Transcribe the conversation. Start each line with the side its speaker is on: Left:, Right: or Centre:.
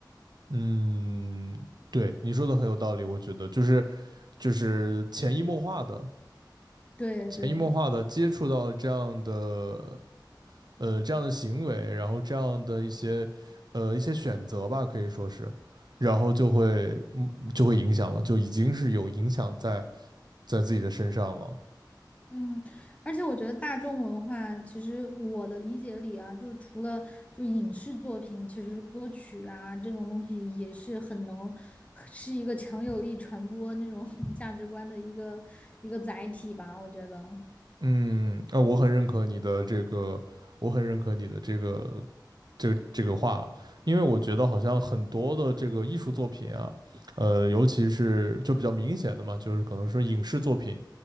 Right: 嗯，对，你说的很有道理，我觉得就是就是潜移默化的、
Left: 对对，
Right: 潜移默化的接触到这样的呃这样的行为，然后这样的一些呃一些选择吧，可以说是，然后就会嗯就会影响了，就已经是有影响在在自己的身上了。
Left: 嗯，而且我觉得大众文化，其实我的理解里啊，就是除了就影视作品，其实歌曲啊这种东西也是很能是一个强有力传播那种 <laughs> 价值观的一个一个载体吧，我觉得。
Right: 嗯，啊，我很认可你的这个，我很认可你的这个，这个这个话，因为我觉得好像很多的这个艺术作品啊，呃，尤其是就比较明显的嘛，就是可能说影视作品，